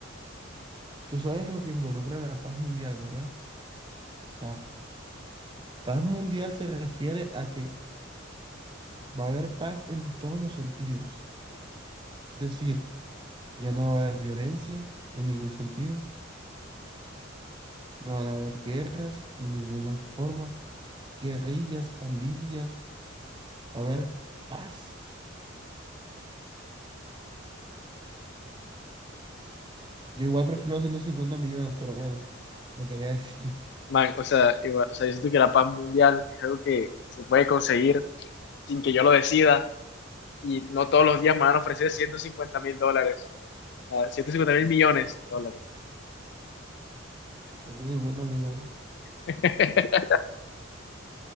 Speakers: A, on the right; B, on the left.
A: Tú sabes lo que involucra la paz mundial, ¿verdad? O sea, paz mundial se refiere a que va a haber paz en todos los sentidos. Es decir, ya no va a haber violencia en ningún sentido, no van a haber guerras de ninguna forma, guerrillas, pandillas A ver, paz. Yo igual prefiero los 150 millones, pero bueno, lo quería decir.
B: Man, o sea, igual- o sea, yo siento que la paz mundial es algo que se puede conseguir sin que yo lo decida y no todos los días me van a ofrecer ciento cincuenta mil dólares, ah, 150 mil millones de dólares.
A: <laughs> ciento cincuenta millones.
B: <laughs>